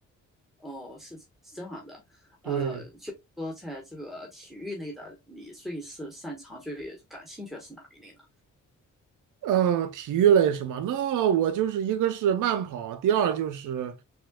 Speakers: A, in the centre; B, on the right.
A: 哦，是是这样的，
B: 对，
A: 呃，就说在这个体育类的，你最是擅长、最感兴趣的是哪一类呢？
B: 呃，体育类是吗？那我就是一个是慢跑，第二就是